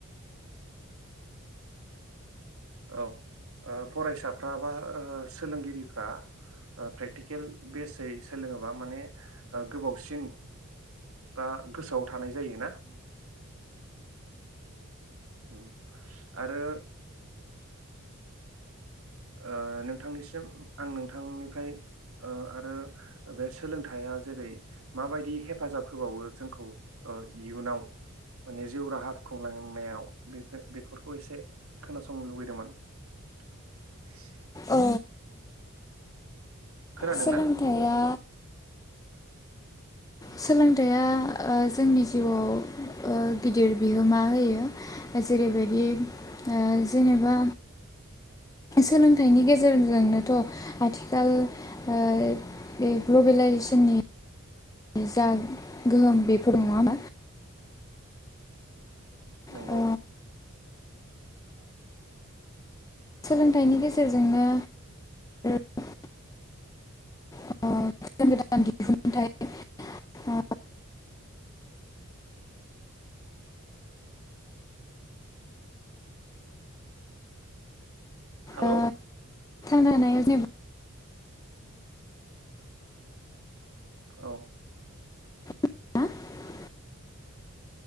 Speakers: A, on the right (about 75°); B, on the left (about 15°).
A: औ ओ फरायसाफ्रा बा ओ सोलोंगिरिफ्रा ओ प्रेक्टिकेल बेसै सोलोङोबा माने ओ गोबावसिन बा गोसोआव थानाय जायोना उम आरो ओ नोंथांनिसिम आं नोंथांनिफ्राय ओ आरो बे सोलोंथाइया जेरै माबायदि हेफाजाब होबावो जोंखौ इयुनाव माने जिउ राहा खुंलांनायाव बे बेफोरखौ एसे खोनासंनो लुुबैदोंमोन <unintelligible>
B: औ
A: खोनादोंना
B: सोलोंथाइया सोलोंथाइया ओ जोंनि जिउआव ओ गिदिर बिहोमा होयो जेरैबायदि ओ जेनेबा सोलोंथाइनि गेजेरजोंनोथ' आथिखाल ओ बे ग्लबेलाइजेसननि जा गोहोम बेफोर नङा होमबा
A: नंगौ
B: ओ सोलोंथाइनि गेजेरजोंनो <inaudible> ओ गोदान गोदान दिहुनथाइ ओ
A: हेलौ
B: ओ <inaudible>
A: औ
B: <inaudible>